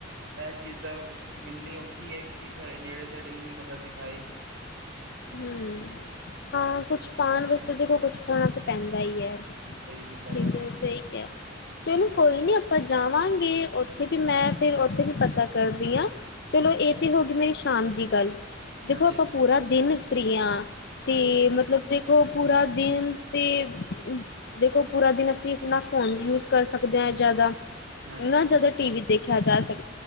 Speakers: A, on the right (about 65°); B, on the left (about 60°).
A: ਇਹ ਚੀਜ਼ ਤਾਂ ਮਿਲਣੀ ਔਖੀ ਹੈ ਕਿ ਤੁਹਾਡੇ ਨੇੜੇ-ਤੇੜੇ ਹੀ ਕੋਈ ਬੰਦਾ ਸਿਖਾਏ।
B: ਹੂੰ ਹਾਂ ਕੁਛ ਪਾਉਣ ਵਾਸਤੇ ਦੇਖੋ ਕੁਛ ਖੋਣਾ ਤਾਂ ਪੈਂਦਾ। ਈ ਐ
A: ਸਹੀ ਗੱਲ
B: ਕਿਸੇ
A: ਹੈ ਜੀ
B: ਨੇ ਸਹੀ ਕਿਹਾ ਚਲੋ ਕੋਈ ਨੀ ਆਪਾਂ ਜਾਵਾਂਗੇ। ਉੱਥੇ ਵੀ ਮੈਂ ਫਿਰ ਉੱਥੇ ਵੀ ਪਤਾ ਕਰਦੀ ਹਾਂ ਚਲੋ ਇਹ ਤਾਂ ਹੋ ਗਈ ਮੇਰੀ ਸ਼ਾਮ ਦੀ ਗੱਲ ਦੇਖੋ
A: ਹਾਂਜੀ,
B: ਆਪਾਂ ਪੂਰਾ ਦਿਨ ਫਰੀ ਹਾਂ ਤੇ
A: ਹਾਂਜੀ,
B: ਮਤਲਬ ਦੇਖੋ ਦੇਖੋ ਪੂਰਾ ਦਿਨ ਅਤੇ ਦੇਖੋ ਪੂਰਾ ਦਿਨ ਅਸੀਂ ਆਪਣਾ ਫੋਨ ਯੂਜ ਕਰ ਸਕਦੇ ਹਾਂ। ਜ਼ਿਆਦਾ
A: ਹਾਂਜੀ,
B: ਨਾ ਜ਼ਿਆਦਾ
A: ਹਾਂਜੀ, ਹਾਂਜੀ।
B: ਟੀ ਵੀ ਦੇਖਿਆ ਜਾ ਸਕੇ